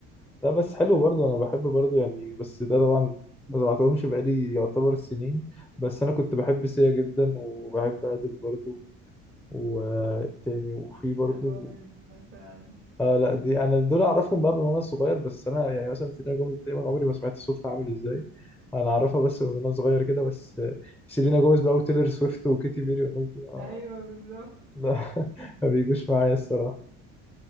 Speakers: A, in the centre; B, on the right (about 70°).
A: لا بس حلو برضه انا بحب برضه يعني بس ده طبعا ما سمعتهمش بقالي يعتبر سنين بس انا كنت بحب سيا جدا وبحب ادل برضه وتاني وفي
B: سيلينا
A: برضه
B: جوميز مثلا
A: اه لا دي انا دول اعرفهم بقى من وانا صغير بس انا يعني مثلا سيلينا جوميز تقريبا عمري ما سمعت صوتها عامل ازاي انا اعرفها بس من وانا صغير كده بس آه، سيلينا جوميز بقى وتيلر سويفت وكيتي بيري والناس دي آه،
B: ايوه بالظبط
A: لا <laughs> ما بيجوش معايا الصراحه